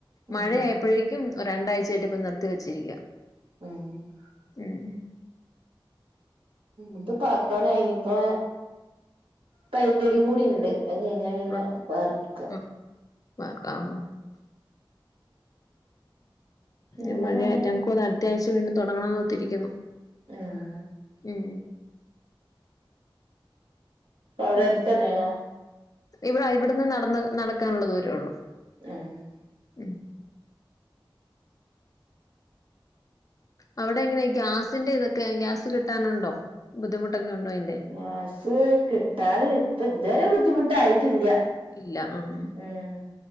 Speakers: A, on the right; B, on the left.
A: ഉം
B: മഴയപ്പോഴേക്കും രണ്ടാഴ്ചയായിട്ട് ഇപ്പം നിർത്തി വെച്ചിരിക്കുക.
A: <inaudible>
B: <inaudible>
A: ഇത് പാർക്കാനായിനിപ്പ പൈന്റടി കൂടി ഇണ്ട്. അത് കഴിഞ്ഞാ പിന്നെ
B: ഉണ്ട്.
A: പാർക്ക.
B: ആഹ് <unintelligible>
A: അങ്ങനെ
B: ഉ മഴയ
A: ഒരു
B: റ്റ കൂതെ അടുത്ത ആഴ്ച വീണ്ടും തുടങ്ങണംന്ന് ഒത്തിരിക്കുന്നു
A: <unintelligible>
B: ഉം.
A: അവിടെ
B: പിന്നെ
A: അടുത്തന്നെയാണോ
B: ഇവിടെ ഇവിടുന്ന് നടന്ന നടക്കാനുള്ള ദൂരേ ഉള്ളു.
A: <unintelligible>
B: <inaudible> അവിടെ എങ്ങനെ ഗ്യാസിന്റെ ഇതൊക്കെ ഗ്യാസ് കിട്ടാനുണ്ടോ ബുദ്ധിമുട്ടൊക്കെ ഉണ്ടോ അതിൻ്റെ.
A: ഗ്യാസ് കിട്ടാറ് ഇപ്പ ഇതുവരെ ബുദ്ധിമുട്ടായിട്ടില്ല
B: ഇല്ല ആഹ്
A: ഉം